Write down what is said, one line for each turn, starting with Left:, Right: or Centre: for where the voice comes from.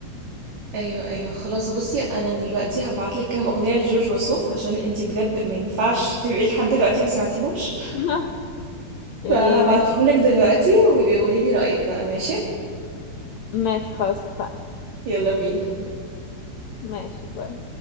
Right: ايوه ايوه خلاص بصي انا دلوقتي هبعتلك كام اغنيه لجورج وسوف عشان انتي بجد ما ينفعش تبقي لحد دلوقتي ما سمعتيهوش
Left: <laughs>
Right: <laughs>
Left: يعني
Right: فهبعتهم
Left: ماشي
Right: لك دلوقتي وبيقولي لي رايك بقى ماشي
Left: ماشي خلاص اتفقنا
Right: يلا بينا
Left: ماشي باي